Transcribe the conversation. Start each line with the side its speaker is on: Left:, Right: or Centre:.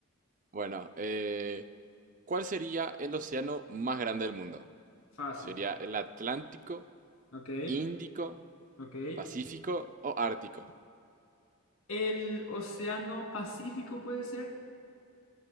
Right: Bueno, eh, ¿cuál sería el océano más grande del mundo?
Left: Fácil.
Right: ¿Sería el Atlántico,
Left: Ok,
Right: Índico,
Left: ok.
Right: Pacífico o Ártico?
Left: El Océano Pacífico puede ser.